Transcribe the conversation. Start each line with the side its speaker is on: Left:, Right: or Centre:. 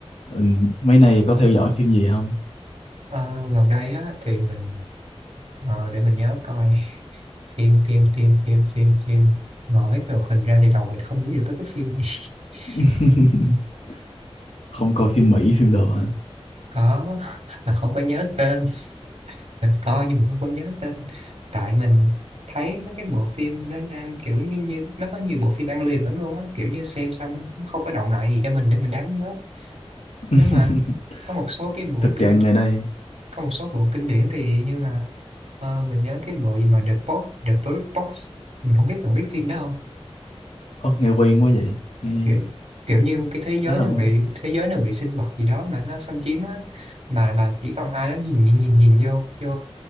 Left: ừ, mấy này có theo dõi phim gì không
Right: Ờ, gần đây á thì mình ờ, để mình nhớ coi phim phim phim phim phim phim ngồi mấy cái hoạt hình ra thì đầu mình không nghĩ được tới cái phim gì
Left: <laughs>
Right: <laughs>
Left: không coi phim Mỹ phim đồ hả
Right: có mà không có nhớ tên Mình coi nhưng mình không có nhớ tên tại mình thấy mấy cái bộ phim nó đang kiểu như, như nó có nhiều bộ phim ăn liền lắm luôn á kiểu như xem xong nó không có động lại gì cho mình để mình đáng nhớ
Left: <laughs>
Right: nếu mà có một số cái bộ
Left: thực
Right: kinh
Left: trạng ngày đây
Right: có một số bộ kinh điển thì như là ờ, mình nhớ cái bộ gì mà The Box The Bird Box mình không biết bạn biết phim đó không
Left: ô nghe quen quá vậy nghe
Right: kiểu, kiểu như một cái thế giới
Left: khá là
Right: nó
Left: quen
Right: bị thế giới nó bị sinh vật gì đó mà nó xâm chiếm á mà mà chỉ còn ai đó nhìn nhìn nhìn nhìn vô vô